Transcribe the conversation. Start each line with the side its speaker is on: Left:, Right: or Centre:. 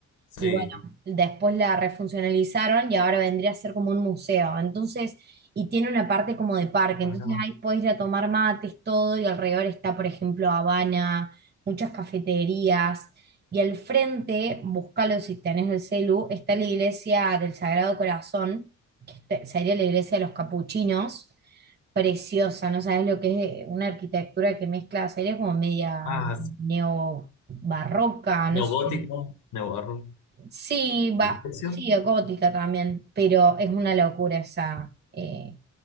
Left: sí.
Right: y bueno, después la refuncionalizaron y ahora vendría a ser como un museo. Entonces, y tiene una parte como de parque,
Left: Ah,
Right: entonces
Left: mira.
Right: ahí podés ir a tomar mates, todo, y alrededor está, por ejemplo, Habana, muchas cafeterías, y al frente, búscalo si tenés el celu, está la iglesia del Sagrado Corazón, que este- sería la iglesia de los capuchinos preciosa, no sabes lo que es eh, una arquitectura que mezcla, sería como media
Left: Ah, sí.
Right: neobarroca, no
Left: neogótico,
Right: sé.
Left: neobarro.
Right: Sí,
Left: Sí.
Right: va,
Left: ¿Precio?
Right: sí, gótica también, pero es una locura esa eh,